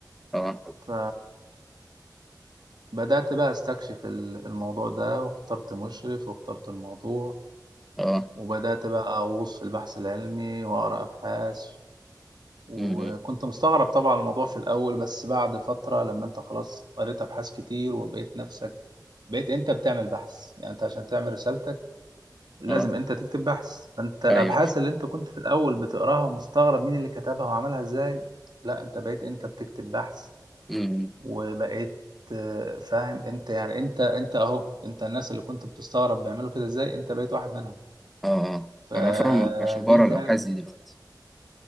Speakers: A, in the centre; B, on the right.
A: اه
B: ف بدأت بقى استكشف ال- الموضوع ده واخترت مشرف واخترت الموضوع
A: اه
B: وبدأت بقى أغوص في البحث العلمي وأقرأ أبحاث وكنت
A: امم
B: مستغرب طبعا الموضوع في الأول بس بعد فترة لما أنت خلاص قريت أبحاث كتير وبقيت نفسك بقيت أنت بتعمل بحث يعني أنت عشان تعمل رسالتك لازم
A: اه
B: أنت تكتب بحث فأنت الأبحاث
A: ايوه
B: اللي أنت كنت في الأول بتقراها ومستغرب مين اللي كتبها وعملها إزاي لا أنت بقيت أنت بتكتب بحث
A: امم
B: وبقيت آه، فاهم انت يعني انت انت اهو انت الناس اللي كنت بتستغرب بيعملوا كده ازاي انت بقيت واحد منهم
A: اه اه
B: فدي
A: انا فاهمك عشان بقرا
B: كانت
A: الابحاث دي دلوقتي